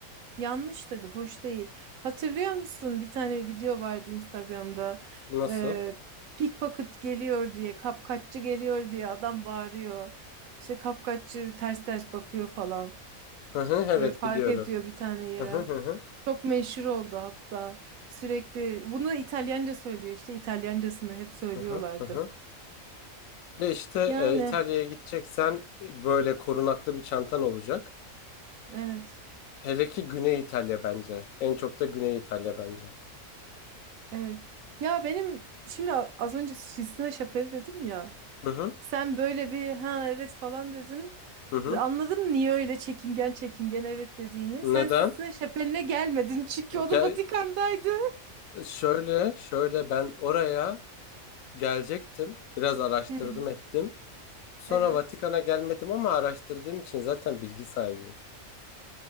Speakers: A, on the right; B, on the left.
A: yanlış tabii hoş değil. Hatırlıyor musun bir tane video vardı Instagram'da
B: Nasıl?
A: Ee, pickpocket geliyor diye kapkaççı geliyor diye adam bağırıyor. İşte kapkaççı ters ters bakıyor falan
B: Hı hı evet
A: böyle fark
B: biliyorum.
A: ediyor bir tane yerel.
B: Hı hı hı hı
A: Çok meşhur oldu hatta. Sürekli bunu İtalyanca söylüyor işte İtalyancasını hep söylüyorlardı.
B: hı hı. hı hı. E işte
A: Yani
B: e, İtalya'ya gideceksen e, böyle korunaklı bir çantan olacak.
A: evet
B: Hele ki Güney İtalya bence. En çok da Güney İtalya bence.
A: evet. Ya benim şimdi a- az önce Sistine Şapeli dedim ya.
B: Hı hı.
A: Sen böyle bir ha evet falan dedin.
B: Hı hı.
A: Anladım niye öyle çekingen çekingen evet dediğini.
B: Neden?
A: Sen Sistine Şapeli'ne gelmedin çünkü o
B: Gel
A: da Vatikan'daydı.
B: şöyle şöyle ben oraya gelecektim. Biraz araştırdım
A: Hı,
B: ettim. Sonra
A: evet.
B: Vatikan'a gelmedim ama araştırdığım için zaten bilgi sahibiyim.